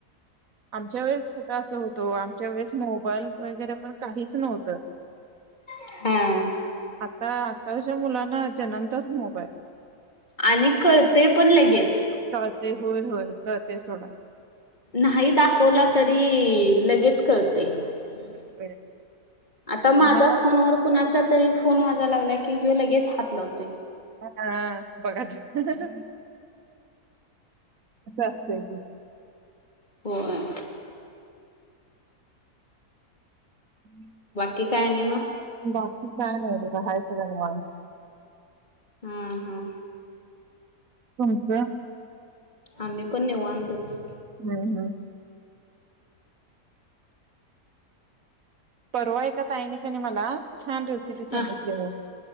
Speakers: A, on the right; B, on the left.
A: आमच्या वेळेस कुठं असं होत तो आमच्या वेळेस मोबाईल वगैरे पण काहीच नव्हत
B: हा.
A: आता तश मुलांना जन्मताच मोबाईल
B: आणि कळतंय पण लगेच
A: काय ते? होय होय कळतय सोडा.
B: नाही दाखवला तरी लगेच कळतय -
A: होय.
B: आता माझ्या
A: आम्हाला
B: फोनवर कुणाच्या तरी फोन वााय लागला की हो लगेच हात लावतो
A: हाा बघ तस तस असतंय ते
B: हो आहे
A: हम्म
B: की काय नाही मग
A: बाकी छय नाही खाय सन मा
B: हा हा
A: तुमचं
B: आम्ही पण निवांतच
A: हम्म हम्म परवा आहेऐ का त आहेनी का नाही मला छान रेसिपी
B: अ
A: सांगितली आहे